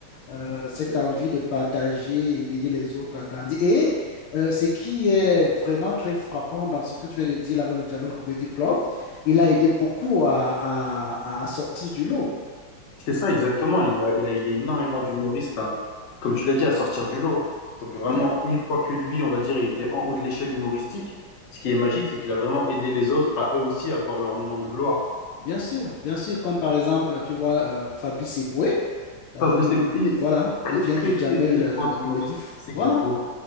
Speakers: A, on the left; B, on the left.
A: euh,
B: Ouais, c'est
A: cette
B: ça, exact.
A: envie de partager et d'aider les autres à grandir. Et euh, ce qui est vraiment très frappant dans ce que tu viens de dire là, avec le Jamel Comedy Club, il a aidé beaucoup à, à- à sortir du lot.
B: C'est ça, exactement. Il a, il a aidé énormément d'humoristes à, comme tu l'as dit, à sortir du lot. Donc vraiment,
A: Oui,
B: une fois que lui, on va dire, il était en haut de l'échelle humoristique, ce qui est magique, c'est qu'il a vraiment aidé les autres à eux aussi avoir leur moment de gloire.
A: bien sûr, bien sûr, comme par exemple, tu vois, euh, Fabrice Eboué, euh,
B: Fabrice, est- il est
A: voilà,
B: très,
A: il vient
B: très,
A: du Jamel
B: très, très
A: euh,
B: grand humoriste.
A: Comedy,
B: français
A: voilà.
B: que j'aime beaucoup.